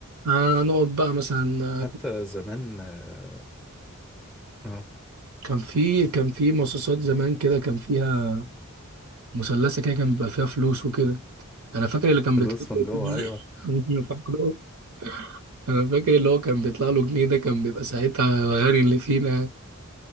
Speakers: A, on the right; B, in the centre.
A: آه نقعد بقى مثلا
B: حتى
A: آه،
B: زمان اه آه،
A: كان في كان في مصاصات زمان كده كان فيها مثلثه كده كان بيبقى فيها فلوس وكده انا فاكر اللي كان
B: فلوس
A: بيطلع
B: من جوه
A: له
B: ايوه
A: <laughs> انا فاكره انا فاكر اللي هو كان بيطلع له جنيه ده كان بيبقى ساعتها الغني اللي فينا يعني.